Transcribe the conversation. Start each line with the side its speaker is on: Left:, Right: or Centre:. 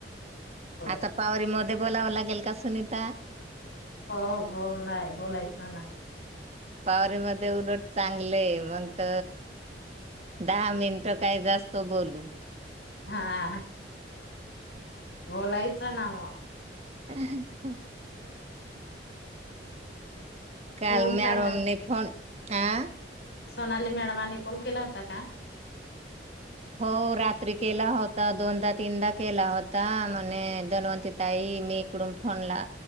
Left: हो
Right: आता पावरी मध्ये बोलावं लागेल का सुनीता
Left: हो बोल ना बोलाय का नाही
Right: पावररी म उलट चांगलेय मणत दहा मिनिट काय जास्त बोलू
Left: हा बोलायचं ना मग
Right: च्छा काल
Left: हो
Right: मॅडमने
Left: जायला
Right: फोन आ
Left: सोनाली मॅडमाने कॉल केला होता का
Right: हो रात्री केला होत दोनदा तीनदा केला होता म्हणे दन्वंती ताई मी इकडून फोनला